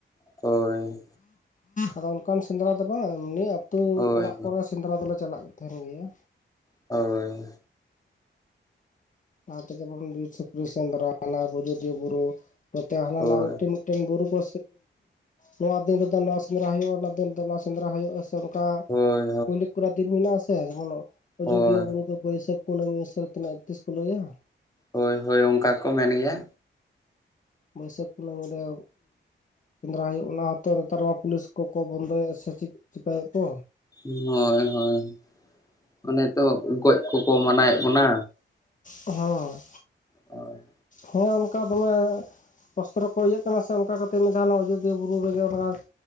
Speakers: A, on the left; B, on the left.
A: ᱦᱳᱭ
B: ᱟᱫᱚ ᱚᱱᱠᱟᱱ ᱥᱮᱸᱫᱽᱨᱟ ᱫᱚ ᱵᱟᱝ ᱮᱢᱱ ᱟᱹᱛᱩ
A: ᱦᱳᱭ ᱦᱳᱭ
B: ᱚᱲᱟᱜ ᱠᱚᱨᱮ ᱥᱮᱸᱫᱽᱨᱟ ᱫᱚᱞᱮ ᱪᱟᱞᱟᱜ ᱛᱟᱦᱮᱱ ᱜᱮᱭᱟ
A: ᱦᱳᱭ
B: ᱚᱱᱟᱛᱮ ᱡᱮᱢᱚᱱ ᱵᱤᱨ ᱥᱩᱠᱨᱤ ᱥᱮᱱᱫᱽᱚᱨᱟ ᱚᱱᱟ ᱟᱡᱳᱫᱤᱭᱟᱹ ᱵᱩᱨᱩ ᱛᱮ ᱦᱟᱱᱟ
A: ᱦᱳᱭ
B: ᱢᱤᱫᱴᱮᱱ
A: ᱦᱳᱭ
B: ᱢᱤᱫᱴᱮᱱ ᱵᱩᱨᱩ ᱠᱚ ᱱᱚᱣᱟ ᱫᱤᱱ ᱨᱮᱫᱚ ᱱᱚᱣᱟ ᱥᱮᱸᱫᱽᱨᱟ ᱦᱩᱭᱩᱜᱼᱟ ᱚᱱᱟ ᱫᱤᱱ ᱨᱮᱫᱚ ᱱᱚᱣᱟ ᱥᱮᱸᱫᱽᱨᱟ ᱦᱩᱭᱩᱜᱼᱟ ᱥᱮ ᱜᱚᱴᱟ
A: ᱦᱳᱭ
B: ᱢᱚᱞᱤᱠ ᱠᱚᱨᱟ ᱫᱤᱱ ᱢᱮᱱᱟᱜ ᱟᱥᱮ ᱡᱮᱢᱚᱱ ᱟᱡᱚᱫᱤᱭᱟᱹ
A: ᱦᱳᱭ
B: ᱵᱩᱨᱩ ᱫᱚ ᱵᱟᱹᱭᱥᱟᱹᱠᱷ ᱠᱩᱱᱟᱹᱢᱤ ᱥᱟᱨ ᱛᱤᱱᱟᱹᱜ ᱛᱤᱥ ᱠᱚ ᱞᱟᱹᱭᱟ
A: ᱦᱳᱭ ᱦᱳᱭ ᱚᱱᱠᱟᱠᱚ ᱢᱮᱱ ᱜᱮᱭᱟ
B: ᱵᱟᱹᱭᱥᱟᱹᱠᱷ ᱠᱩᱱᱟᱹᱢᱤᱨᱮ ᱥᱮᱸᱫᱽᱨᱟ ᱦᱩᱭᱩᱜ ᱚᱱᱟ ᱛᱚ ᱱᱮᱛᱟᱨ ᱢᱟ ᱯᱩᱞᱤᱥ ᱠᱚᱠᱚ ᱵᱚᱱᱫᱚᱭᱮᱫ ᱥᱮ ᱪᱮᱤᱠᱟᱭᱮᱫ ᱠᱚ
A: ᱦᱳᱭ ᱦᱳᱭ ᱚᱱᱮᱛᱚ ᱜᱚᱡ ᱠᱚᱠᱚ ᱢᱟᱱᱟᱣᱭᱮᱫ ᱵᱚᱱᱟ
B: ᱦᱚᱸ
A: ᱦᱳ <inaudible>
B: ᱦᱮᱸ ᱚᱱᱠᱟ ᱫᱚᱢᱮ ᱚᱥᱛᱨᱚ ᱠᱚ ᱤᱭᱟᱹᱜ ᱠᱟᱱᱟ ᱥᱮ ᱚᱱᱠᱟ ᱠᱟᱛᱮᱫ ᱢᱤᱫ ᱫᱷᱟᱣ ᱟᱡᱚᱫᱤᱭᱟᱹ ᱵᱩᱨᱩ ᱨᱮᱜᱮ ᱚᱱᱟ